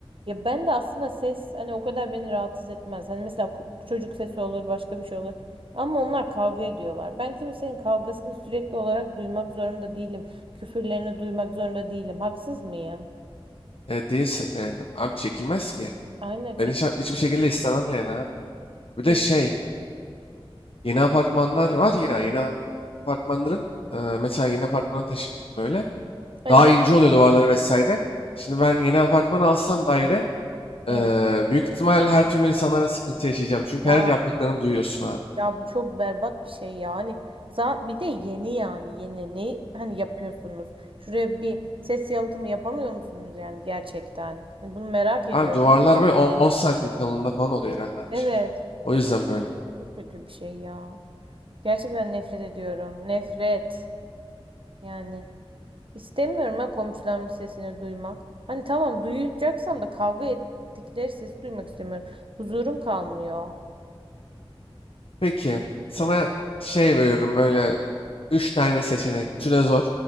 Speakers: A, on the right; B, on the left.
A: ya ben de aslında ses hani o kadar beni rahatsız etmez. Hani mesela ku- çocuk sesi olur, başka bir şey olur. Ama onlar kavga ediyorlar. Ben kimsenin kavgasını sürekli olarak duymak zorunda değilim. Küfürlerini duymak zorunda değilim. Haksız mıyım?
B: E, değilsin yani. Abi çekilmez ki.
A: Aynen çekin.
B: Ben hiç, hiçbir şekilde istemem yani abi. Bir
A: Kes.
B: de şey yeni apartmanlar var ya yeni apartmanların e, mesela yeni apartmana taşındım böyle.
A: Evet.
B: Daha ince oluyor duvarları vesaire. Şimdi ben yeni apartman alsam daire
A: Evet.
B: eee, büyük ihtimalle her türlü insanlara sıkıntı yaşayacağım. Çünkü
A: Ya
B: her yaptıklarını duyuyorsun abi.
A: ya bu çok berbat bir şey ya. Hani za- bir de yeni yani yeni ne hani yapıyorsunuz? Şuraya bir ses yalıtımı yapamıyor musunuz yani gerçekten? Hani bunu merak ediyorum.
B: Abi duvarlar böyle 10 santim kalınlığında falan oluyor herhalde aynı
A: Evet.
B: şey. O
A: Ya
B: yüzden
A: bu
B: böyle.
A: çok kötü bir şey ya. Gerçekten nefret ediyorum. Nefret. Yani istemiyorum ha komşularımın sesini duymak. Hani tamam duyacaksam da kavga ettikleri sesi duymak istemiyorum. Huzurum kalmıyor.
B: Peki sana
A: Ya,
B: şey veriyorum böyle 3 tane seçenek. Üçü de zor.